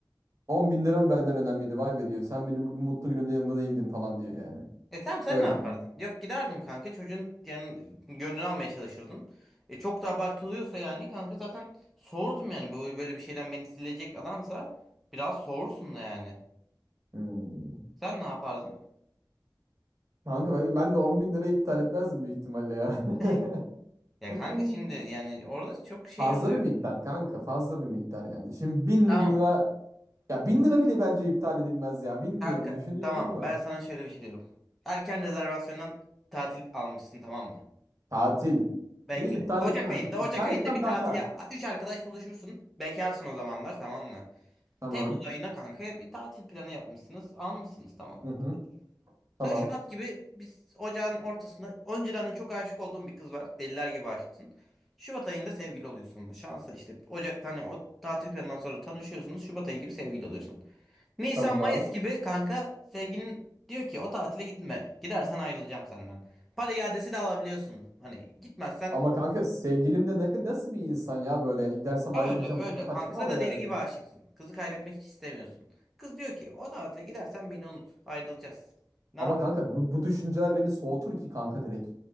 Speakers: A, on the right (about 40°); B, in the centre.
A: 10 bin lira mı benden önemliydi? Vay be diyor. Sen benim bugün mutlu günümde yanında değildin falan diyor yani.
B: E tamam sen
A: Böyle
B: ne yapardın?
A: konu.
B: Yok giderdim kanka çocuğun yani gönlünü almaya çalışırdım. E çok da abartılıyorsa yani kanka zaten soğurdum yani böyle böyle bir şeyden beni silecek adamsa biraz soğursun da yani.
A: Hmm.
B: Sen ne yapardın?
A: Kanka ben, ben de 10 bin lirayı iptal etmezdim büyük ihtimalle ya.
B: <laughs>
A: <laughs>
B: Ya kanka şimdi yani orada çok şey
A: Fazla
B: oluyor.
A: bir miktar kanka fazla bir miktar yani. Şimdi bin
B: Tamam
A: lira ya bin lira bile bence iptal edilmez ya. Bilmiyorum
B: kanka
A: düşünüyorum
B: tamam
A: ama
B: ben sana şöyle bir şey diyorum. Erken rezervasyondan tatil almışsın tamam mı?
A: tatil.
B: Bekle.
A: Niye iptal
B: Ocak
A: etmem.
B: ayında
A: İptal
B: Ocak ayında
A: etmem
B: bir
A: kanka.
B: tatile 3 arkadaş buluşursun. Bekarsın o zamanlar tamam mı?
A: Tamam.
B: Temmuz ayına kanka bir tatil planı yapmışsınız almışsınız tamam
A: Hı
B: mı?
A: hı.
B: Sen
A: Tamam.
B: Şubat gibi biz ocağın ortasında önceden de çok aşık olduğun bir kız var. Deliler gibi aşıksın. Şubat ayında sevgili oluyorsun. da Şansa işte Ocak'tan hani o tatil planından sonra tanışıyorsunuz. Şubat ayı gibi sevgili oluyorsun. Nisan
A: Tamam.
B: Mayıs gibi kanka sevgilin diyor ki o tatile gitme. Gidersen ayrılacağım senden. Para iadesi de alabiliyorsunuz. Hani gitmezsen
A: Ama kanka sevgilim de ne- nasıl bir insan ya böyle yani gidersem
B: öyle
A: ayrılacağım
B: öyle
A: çok saçma
B: kanka. Kıza
A: ama
B: da
A: yani.
B: deli gibi aşıksın. Kızı kaybetmek hiç istemiyorsun. Kız diyor ki o tatile gidersen beni unut. Ayrılacağız. Ne
A: Ama
B: yapar?
A: kanka bu, bu düşünceler beni soğutur ki kanka direkt.